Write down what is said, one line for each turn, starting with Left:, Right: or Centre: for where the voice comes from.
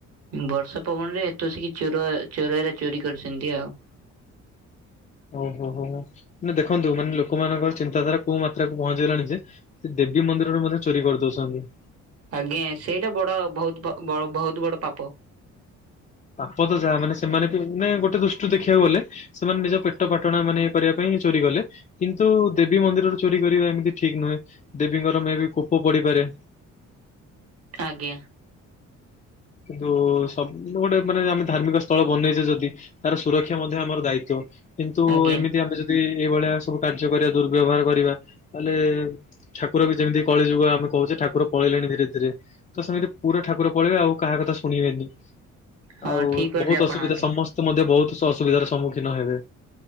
Right: ବର୍ଷା ପବନରେ ଏତୋ ଆସିକି ଚୋର ଚୋର ଏରା ଚୋରି କରିଚନ୍ତି ଆଉ।
Left: ଓ ହୋ ହୋ ହୋମାନେ ଦେଖନ୍ତୁ ମାନେ ଲୋକମାନଙ୍କ ଚିନ୍ତାଧାରା କୋଉ ମାତ୍ରାକୁ ପହଞ୍ଚିଗଲାଣି ଯେ ସେ ଦେବୀ ମନ୍ଦିରରୁ ମଧ୍ୟ ଚୋରି କରିଦୋଉଚନ୍ତି।
Right: ଆଜ୍ଞା ସେଇଟା ବଡ ବହୁତୁ ପ ବହୁତୁ ବଡ ପାପ।
Left: ପାପ ତ ଯାହା ମାନେ ସେମାନେ ବି ମାନେ ଗୋଟେ ଦୃଷ୍ଟିରୁ ଦେଖିବାକୁ ଗଲେ, ସେମାନେ ନିଜ ପେଟ ପାଟଣା ମାନେ କରିବା ପାଇଁ ଚୋରି କଲେ, କିନ୍ତୁ ଦେବୀ ମନ୍ଦିରର ଚୋରି କରିବା ଏମିତି ଠିକ୍ ନୁହେଁ ଦେବୀଙ୍କର ବି କୋପ ପଡ଼ିପାରେ,
Right: ଆଜ୍ଞା,
Left: କିନ୍ତୁ ସବୁ ଗୋଟେ ମାନେ ଆମେ ଧାର୍ମିକ ସ୍ଥଳ ବନେଇଛେ ଯଦି, ତାର ସୁରକ୍ଷା ମଧ୍ୟ ଆମର ଦାୟିତ୍ବ କିନ୍ତୁ
Right: ଆଜ୍ଞା
Left: ଏମିତି ଆମେ ଯ ଦି ଏଇଭଳିଆ ସବୁ କାର୍ଯ୍ୟ କରିବା ଦୁର୍ବ୍ୟବହାର କରିବା ତାହେଲେ, ଠାକୁର ବି ଯେମିତି କଳି ଯୁଗ ଆମେ କହୁଛେ ଠାକୁର ପଳେଇଲେଣି ଧୀରେ-ଧୀରେ ତ ସେମିତି ପୁରା ଠାକୁର ପଳେଇବେ ଆଉ, କାହା କଥା ଶୁଣିବେନି
Right: ହଁ
Left: ଆଉ ବହୁତ୍-ବହତ୍
Right: ଠିକ କହିଲେ ଆପଣ
Left: ଅସୁବିଧା
Right: ଆଜ୍ଞା
Left: ସମସ୍ ସେ ମଧ୍ୟ ବହୁତ୍ ସ ଅସୁବିଧାର ସମ୍ମୁଖୀନ ହେବେ,